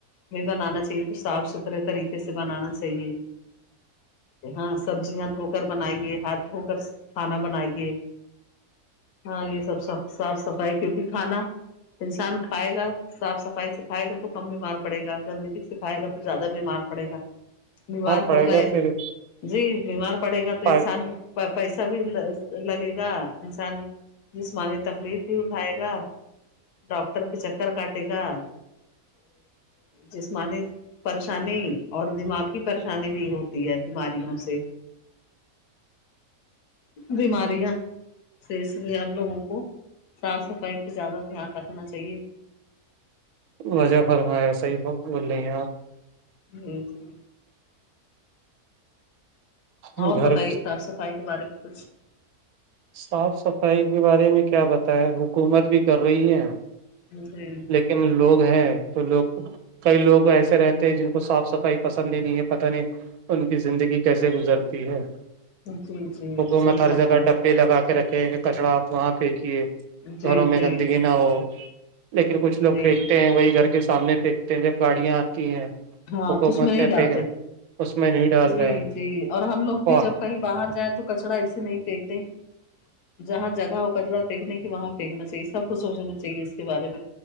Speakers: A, on the left; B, on the right.
A: میں بنانا چاہیے کچھ صاف ستھرے طریقے سے بنانا چاہیے ہاں سبزیاں دھو کر بنائیے ہاتھ دھو کر کھانا بنائیے ہاں یہ سب س صاف صفائی کیونکہ کھانا انسان کھائے گا صاف صفائی سکھائے گا تو کم بیمار پڑے گا گندگی سکھائے گا تو زیادہ بیمار پڑے گا بیمار
B: پڑے
A: ہو گئے
B: گا پھر
A: جی بیمار پڑے گا تو انسان
B: ہ
A: پیسہ بھی لگے گ انسان جسمانی تکلیف بھی اٹھائے گا ڈاکٹر کے چکر کاٹے گا جسمانی پریشانی اور دماغ کی پریشانی بھی ہوتی ہے بیماریوں سے
B: <inaudible>
A: بیمارییاں اس لیے ہم لوگوں کو صاف صفائی پہ زیادہ دھیان رکھنا چاہیے
B: وضہ فرمایا صحیح بول رہی ہیں آپ
A: ہ ج
B: گھر
A: اور بتائیے صاف صفائی کے بارے میں کچھ
B: صاف صفائی کے بارے میں کیا بتائیں حکومت بھی کر رہی ہے
A: جی
B: لیکن لوگ ہیں تو لوگ کئی لوگ ایسے رہتے ہیں جن کو صاف صفائی پسند ہی نہیں ہے پتہ نہیں ان کی زندگی کیسے گزرتی ہے
A: جی جی
B: حکومت
A: صحیح
B: ہر
A: فرمایں
B: جگہ ڈبے لگا کے رکھیں کہ کچڑا آپ وہاں پھینکیے
A: جی
B: گھروں میں
A: جی
B: گندگی نہ ہو لیکن کچھ
A: جی
B: لوگ پھینکتے ہیں وہی گھر کے سامنے پھینکتے ہیں جب گاڑیاں آتی ہیں
A: ہاں
B: حکومت
A: تو اس میں نہیں ڈالتے
B: پھینک رہے اس میں نہیں ڈال
A: جی
B: رہے ہیں
A: جی اور ہم لوگ بھی
B: واہ،
A: جب کہیں باہر جائ تو کچڑا ایے نہیں پھینکتے جہاں جگہ ہو کچرا پھییکنے کی وہاں پھینکنا چاہیے سب کوھ سوچنا چاہیے اس کے بارے میں